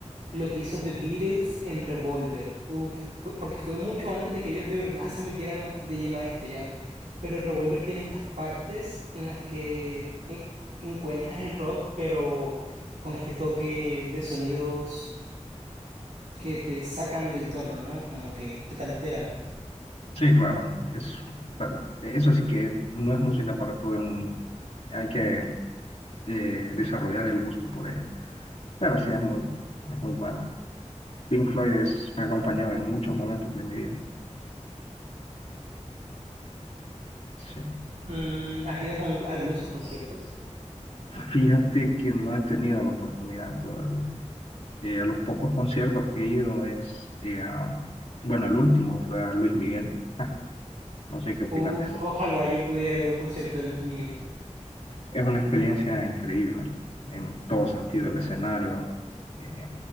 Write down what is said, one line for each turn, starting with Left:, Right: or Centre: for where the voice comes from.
Right: lo que hizo The Beatles en Revolver. Uf, fue- porque fue mucho antes de que ellos de verdad se metieran de lleno a esto ya. Pero Revolver tiene estas partes en las que en- encuentras el rock, pero con este toque de sonidos que te sacan del tono, ¿no? Como que, que te alteran.
Left: Sí, claro, es, tal- eso sí que no es música para todo el mundo. Hay que eh, desarrollar el gusto por ella. Pero sí, es muy, es muy buena. Pink Floyd es, me ha acompañado en muchos momentos de mi vida. Sí.
Right: Mm, ¿has ido a un- a alguno de sus conciertos?
Left: Fíjate que no he tenido la oportunidad todavía. Eh, a los pocos conciertos que he ido es, eh, a- bueno, el último fue a Luis Miguel. Ah, no sé qué opinas
Right: Uf, ojalá yo pudiera ir a un concierto de Luis Miguel.
Left: es una experiencia increíble en todo sentido, el escenario, eh,